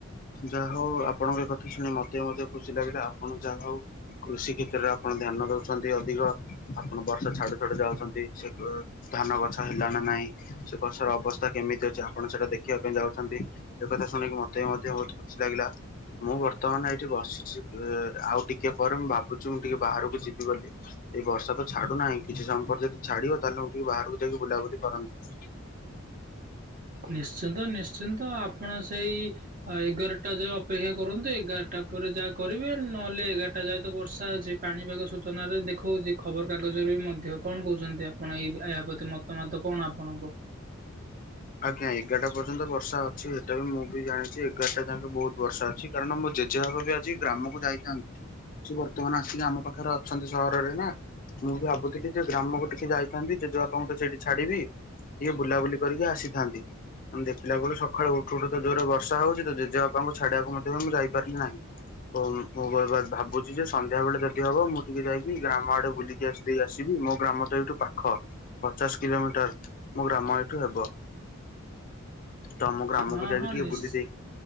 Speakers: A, on the left; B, on the right.
A: ଯାହା ହଉ ଆପଣଙ୍କ କଥା ଶୁଣି ମତେ ମଧ୍ୟ ଖୁସି ଲାଗିଲା। ଆପଣ ଯାହା ହଉ କୃଷି କ୍ଷେତ୍ରରେ ଆପଣ ଧ୍ୟାନ ଦଉଛନ୍ତି ଅଧିକ। ଆପଣ ବର୍ଷା ଛାଡୁ ଛାଡୁ ଯାଉଛନ୍ତି। ସେ- ଧାନ ଗଛ ହେଲା ନା ନାହିଁ, ସେ ଗଛର ଅବସ୍ଥା କେମିତି ଅଛି। ଆପଣ ସେଟା ଦେଖିବା ପାଇଁ ଯାଉଛନ୍ତି। ସେ କଥା ଶୁଣିକି ମତେ ବି ମଧ୍ୟ ବହୁତ୍ ଖୁସି ଲାଗିଲା। ମୁଁ ବର୍ତ୍ତମାନ ଏଇଠି ବସିଚି। ଅ ଆଉ ଟିକେ ପରେ ମୁଁ ଭାବୁଚି, ମୁଁ ଟିକେ ବାହାରକୁ ଯିବି ବୋଲି। ଏଇ ବର୍ଷା ତ ଛାଡୁ ନାହିଁ। କିଛି ସମୟ ପରେ ଯଦି ଛାଡିବ, ତାହେଲେ ମୁଁ ଟିକେ ବାହାରକୁ ଯାଇକି ବୁଲାବୁଲି କରନ୍ତି।
B: ନିଶ୍ଚିନ୍ତ, ନିଶ୍ଚିନ୍ତ। ଆପଣ ସେଇ ଏଗାର ଟା ଯାଏ ଅପେକ୍ଷା କରନ୍ତୁ। ଏଗାରଟା ପରେ ଯାହା କରିବେ। ନହେଲେ ଏଗାରଟା ଯାଏତ ତ ବର୍ଷା ଅଛି। ପାଣିପାଗ ସୂଚନାରେ ଦେଖଉଚି। ଖବରକାଗଜରେ ବି ମଧ୍ୟ ତେବେ କଣ କହୁଚନ୍ତି ଆପଣ? ଏଇ ଏହା ପ୍ରତି ମତାମତ କଣ ଆପଣଙ୍କ?
A: ଆଜ୍ଞା। ଏଗାରଟା ପର୍ଯ୍ୟନ୍ତ ବର୍ଷା ଅଛି। ହେଟା ବି ମୁଁ ବି ଜଣିଚି ଏଗାରଟା ଯାଙ୍କେ ବହୁତ ବର୍ଷା ଅଛି। କାରଣ ମୋ ଜେଜେବାପା ବି ଆଜି ଗ୍ରାମକୁ ଯାଇଥାନ୍ତେ। ସେ ବର୍ତ୍ତମାନ ସିଏ ଆମ ପାଖରେ ଅଛନ୍ତି ସହରରେ ନା। ମୁଁ ବି ଭାବୁଥିଲି ଯେ ଗ୍ରାମକୁ ଟିକେ ଯାଇଥାନ୍ତି, ଜେଜେବାପାଙ୍କୁ ତ ସେଇଠି ଛାଡିବି ଟିକିଏ ବୁଲାବୁଲି କରିକି ଆସିଥାନ୍ତି। ଦେଖିଲା ବେଳୁ ସଖାଳୁ ଉଠୁ ଉଠୁ ତ ଜୋର୍ ରେ ବର୍ଷା ହଉଛି ତ ଜେବାପାଙ୍କୁ ଛାଡିଆକୁ ମଧ୍ୟ ବି ମୁଁ ଯାଇପାରିଲି ନାହିଁ। ମୁଁ - ମୁଁ ବା ଭାବୁଚି ଯେ ସନ୍ଧ୍ୟାବେଳେ ଯଦି ହବ ମୁଁ ଟିକେ ଯାଇକି ଗ୍ରାମ ଆଡେ ବୁଲିକି ଆସି ଆସିବି, ମୋ ଗ୍ରାମ ତ ଏଇଠୁ ପାଖ। ପଚାଶ କିଲୋମିଟର, ମୋ ଗ୍ରାମ ଏଇଠୁ ହେବ। ତମ ଗ୍ରାମକୁ
B: ହଁ
A: ମୁଁ ଯାଉଚି
B: ହଁ
A: ଟିକେ
B: ନିଶ୍ଚ
A: ବୁଲିଦେଇ